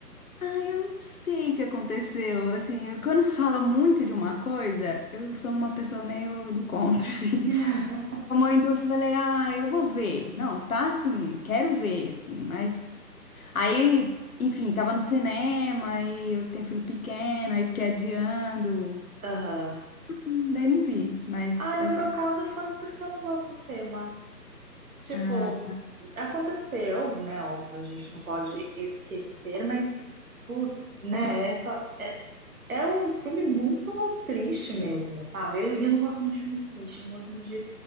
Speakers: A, on the left (about 55°); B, on the right (about 55°).
A: ai, eu não sei o que aconteceu. Assim, eu- quando fala muito de uma coisa, eu sou uma pessoa meio do contra, <laughs> assim.
B: <laughs>
A: Muito, eu falei, ah, eu vou ver. Não, tá assim, quero ver, assim, mas. Aí, enfim, tava no cinema e eu tenho filho pequeno, aí fiquei adiando.
B: Aham.
A: Daí não vi, mas
B: Ai, no
A: é o
B: meu
A: que.
B: caso foi porque eu não gosto do tema. Tipo,
A: Ah,
B: aconteceu, né? Óbvio, a gente não pode esquecer, mas, putz, né? Essa é, é um filme muito triste mesmo, sabe? Eu- E eu, não gosto muito de filme triste, não gosto muito de,